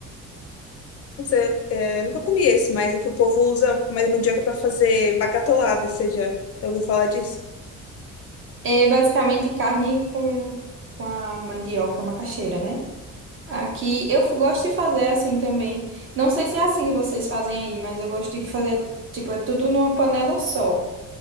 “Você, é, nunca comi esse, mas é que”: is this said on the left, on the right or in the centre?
Left